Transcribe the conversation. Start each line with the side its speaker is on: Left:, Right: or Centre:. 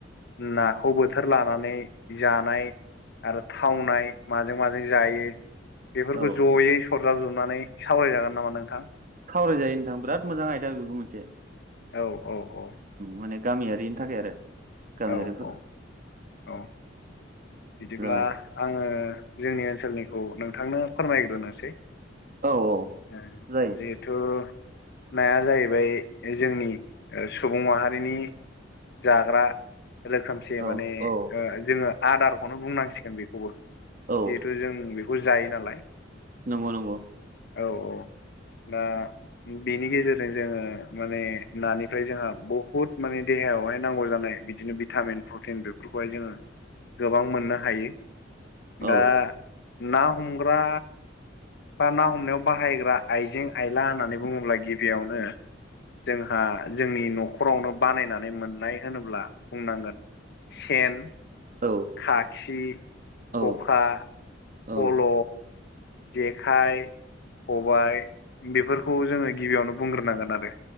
Left: नाखौ बोथोर लानानै जानाय आरो थावनाय माजों माजों जायो। बेफोरखौ
Right: औ
Left: ज'यै सरजाब जोबनानै सावरायजागोन नामा नोंथां?
Right: सावरायजायो नोंथां बिराद मोजां आयदा बेबो मोनसे।
Left: औ औ औ
Right: माने गामियारिनि थाखाय आरो गामियारिफोरा
Left: औ औ औ बिदिब्ला
Right: आयदा
Left: आङो जोंनि ओनसोलनिखौ नोंथांनो फोरमायग्रोनोसै
Right: औ औ
Left: ओ
Right: जायो
Left: जे तु नाया जाहैबाय जोंनि सुबुं माहारिनि जाग्रा रोखोम से
Right: औ
Left: माने
Right: औ
Left: ओ जोङो आदारखौनो बुंनांसिगोन बेखौबो जिहेथु
Right: औ
Left: जों खौ जायो नालाय
Right: नंगौ नंगौ।
Left: औ औ दा बेनि गेजेरजों जोङो माने नानिफ्राय जोंहा बहुद माने देहायावहाय नांगौ जानाय बिदिनो भिटामिन प्रटिन बेफोरखौहाय जोङो गोबां मोननो हायो
Right: औ
Left: दा ना हमग्रा बा ना हमनायाव बाहायग्रा आइजें आयला होननानै बुङोब्ला गिबियावनो जोंहा जोंनि न'खरावनो बानायनानै मोननाय होनोब्ला बुंनांगोन सेन,
Right: औ
Left: खाखि,
Right: औ
Left: खखा,
Right: औ
Left: फल' जेखाय खबाइ बेफोरखौ जोङो गिबियावनो बुंग्रोनांगोन आरो